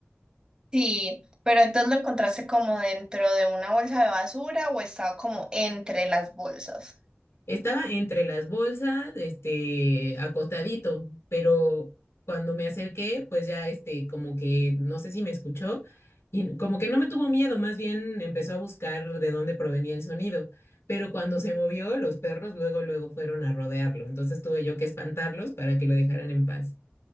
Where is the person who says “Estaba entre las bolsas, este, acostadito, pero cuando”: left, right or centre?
Left